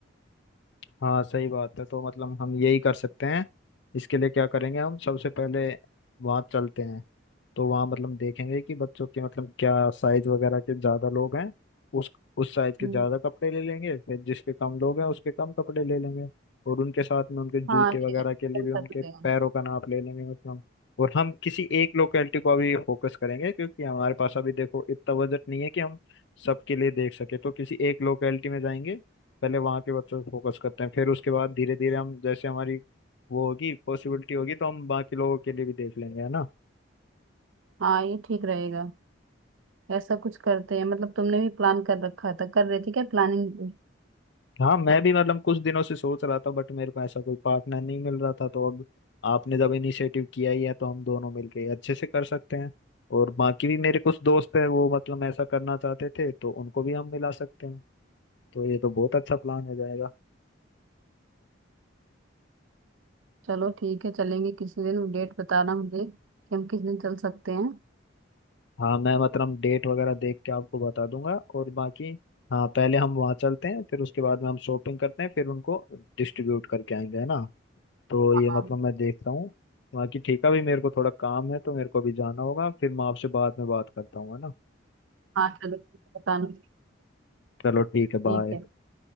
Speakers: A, on the left; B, on the right.
A: हाँ सही बात है तो मतलब हम यही कर सकते हैं इसके लिए क्या करेंगे हम सबसे पहले वहाँ चलते हैं तो वहाँ मतलब देखेंगे कि बच्चों के मतलब क्या साइज वगैरह के ज़्यादा लोग हैं उस उस साइज के
B: हम्म,
A: ज़्यादा कपड़े ले लेंगे फिर जिसके कम लोग हैं उसके कम कपड़े ले लेंगे और उनके साथ में उनके जूते
B: हाँ ये
A: वगैरह
B: ऐसा
A: के लिए
B: कर
A: भी उनके
B: सकते हैं
A: पैरों का नाप ले लेंगे मतलब और हम किसी एक लोकेलिटी को अभी फोकस करेंगे क्योंकि हमारे पास अभी देखो इतना बजट नहीं है कि हम सबके लिए देख सके तो किसी एक लोकेलिटी में जाएंगे पहले वहाँ के बच्चों पे फोकस करते हैं फिर उसके बाद धीरे धीरे हम जैसे हमारी वो होगी पॉसिबिलिटी होगी तो हम बाकी लोगों के लिए भी देख लेंगे है ना
B: हाँ ये ठीक रहेगा ऐसा कुछ करते हैं मतलब तुमने भी प्लान कर रखा था कर रही थी क्या प्लानिंग
A: हाँ मैं भी मतलब कुछ दिनों से सोच रहा था बट मेरे को ऐसा कोई पार्टनर नहीं मिल रहा था तो अब आपने जब इनिशिएटिव किया ही है तो हम दोनों मिलके अच्छे से कर सकते हैं और बाकी भी मेरे कुछ दोस्त है वो मतलब ऐसा करना चाहते थे तो उनको भी हम मिला सकते हैं तो ये तो बहुत अच्छा प्लान हो जाएगा
B: चलो ठीक है चलेंगे किसी दिन डेट बताना मुझे कि हम किस दिन चल सकते हैं
A: हाँ मैं मतलब डेट वगैरह देख के आपको बता दूंगा और बाकी हाँ पहले हम वहाँ चलते हैं फिर उसके बाद में हम शॉपिंग करते हैं फिर उनको डिस्ट्रीब्यूट करके आएंगे है ना तो
B: हाँ
A: ये मतलब मैं देख रहा हूँ बाकी ठीक है अभी मेरे को थोड़ा काम है तो मेरे को भी जाना होगा फिर मैं आपसे बाद में बात करता हूँ है ना
B: हाँ चलो बताना
A: चलो ठीक है
B: ठीक
A: बाय
B: है